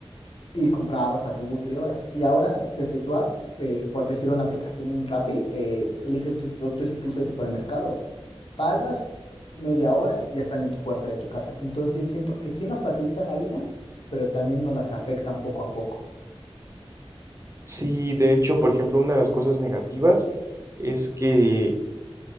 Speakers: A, on the left; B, on the right.
A: y comprabas a tu gusto y ahora. Y ahora, desde tu app, eh, por decir una aplicación, un Rappi, eh, eliges tus productos incluso de supermercados, pagas media hora y ya están en tu puerta de tu casa. Entonces, siento que sí nos facilitan la vida, pero también nos las afectan poco a poco.
B: Sí, de hecho, por ejemplo, una de las cosas negativas es que